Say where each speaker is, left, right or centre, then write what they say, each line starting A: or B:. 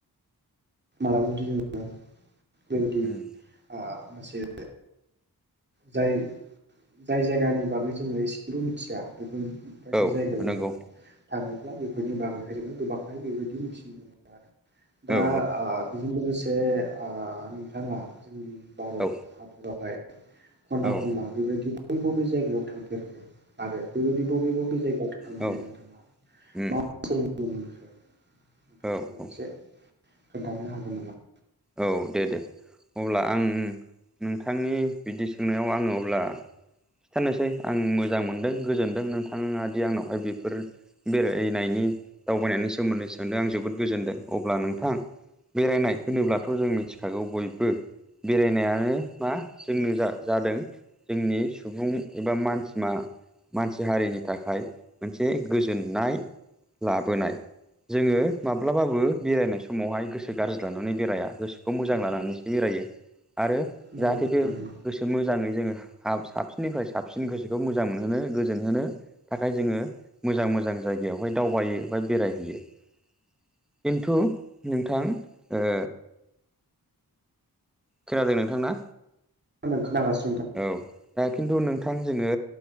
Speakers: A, on the right; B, in the centre.
A: मालाबा जुदि जोङो बेबायदि आ
B: उम
A: मोनसे जाय जाय जायगानि बागै जोङो एसेल' मिथिया बे बेफोरबायदि
B: औ
A: जायगायाव
B: नंगौ
A: जोंना थाङोब्ला बेफोरनि बागैहाय जोङो गोबांहाय बेबायदि मिथिनो मोनो आरो
B: औ
A: दा ओ बेजों लोगोसे आ नोंथाङा जोंनि भारत
B: औ
A: हादरावहाय खना
B: औ
A: खनला बेबायदि बबे बबे जायगायाव थांफेरखो आरो बेबायदि बबे बबे जायगायाव थांनानै
B: औ
A: नोंथाङा
B: उम
A: मा सोलिनाय नुनो मोनखो नोंथाङा
B: औ
A: मोनसे
B: औ
A: खोन्थानो हागोन नामा
B: औ दे दे अब्ला आं नोंथांनि बिदि सोंनायाव आङो अब्ला खिन्थानोसै आं मोजां मोनदों गोजोनदों नोंथाङादि आंनावहाय बेफोर बेरायनायनि दावबायनायनि सोमोन्दै सोंदों आं जोबोद गोजोनदों अब्ला नोंथां बेरायनाय होनोब्लाथ' जों मिथिखागौ बयबो बेरायनायानो मा जोंनो जा-जादों जोंनि सुबुं एबा मानसि मा मानसि हारिनि थाखाय मोनसे गोजोननाय लाबोनाय जोङो माब्लाबाबो बेरायनाय समावहाय गोसो गाज्रि लानानै बेराया गोसोखौ मोजां लानानैसो बेरायो आरो
A: नंगौ
B: जाहाथे
A: नोंथां
B: बे
A: नंगौ
B: गोसो मोज जाङै जोङो हाब साबसिननिफ्राय साबसिन गोसोखौ मोजां मोनहोनो गोजोन होनो थाखाय जोङो मोजां मोजां जायगायावहाय दावबायो बा बेरायहैयो खिन्थु नोंथां ओ खोनादों नोंथां ना
A: <unintelligible> खोनागास
B: औ दा खिन्थु नोंथां जोङो